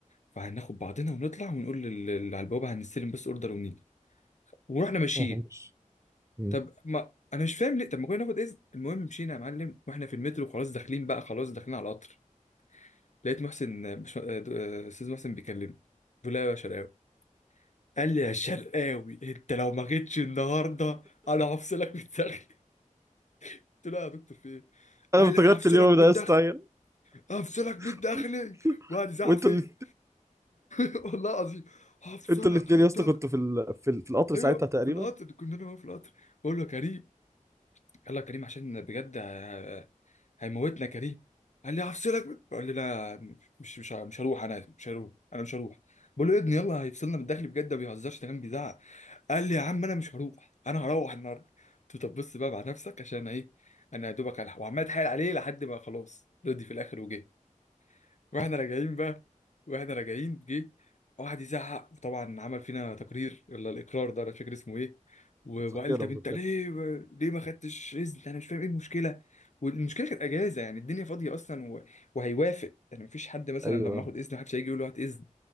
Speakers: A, on the left (about 60°); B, on the right (about 20°).
A: فهناخد بعضنا ونطلع ونقول لل- اللي على البوابه هنستلم بس اوردر ونيجي ورحنا ماشيين
B: اه آه، مش مم.
A: طب ما انا مش فاهم ليه طب ما كنا ناخد اذن المهم مشينا يا معلم واحنا في المترو خلاص داخلين بقى خلاص داخلين على القطر لقيت محسن مش... آه، دو- آه، استاذ محسن بيكلمني بيقول لي "أيوة يا شرقاوي قال لي يا شرقاوي انت لو ما جيتش النهارده انا هفصلك من الداخلي قلت له يا دكتور في ايه
B: انا
A: قال
B: افتكرت
A: لي انا هفصلك
B: اليوم
A: من
B: ده
A: الداخلي
B: يا اسطى أيوة.
A: هفصلك من
B: <laughs>
A: الداخلي وقعد يزعق
B: وانتوا
A: فيا
B: اللي
A: <laughs> والله العظيم هفصلك
B: انتوا الاثنين
A: من الداخلي
B: يا اسطى كنتوا في ال... في, ال... في القطر
A: ايوه
B: ساعتها تقريبا
A: في القطر كنا انا وهو في القطر بقول له يا كريم يلا يا كريم عشان بجد ه- هيموتنا يا كريم قال لي هفصلك بقول لي لا مش مش مش هروح انا مش هروح انا مش هروح بقول له يا ابني يلا هيفصلنا من الداخل بجد ما بيهزرش ده كان بيزعق قال لي يا عم انا مش هروح انا هروح النهارده قلت له طب بص بقى مع نفسك عشان ايه انا يا دوبك هلحق وعمال اتحايل عليه لحد ما خلاص رضي في الاخر وجه واحنا راجعين بقى واحنا راجعين جه واحد يزعق وطبعا عمل فينا تقرير ولا الاقرار ده انا مش فاكر اسمه ايه و- وقال
B: مذكرة
A: طب
B: مذكرة
A: انت ليه ليه ما خدتش اذن انا مش فاهم ايه المشكله والمشكله كانت اجازه يعني الدنيا فاضيه اصلا و... وهيوافق يعني مفيش حد مثلا
B: ايوه
A: لما اخد اذن محدش هيجي يقول له هات اذن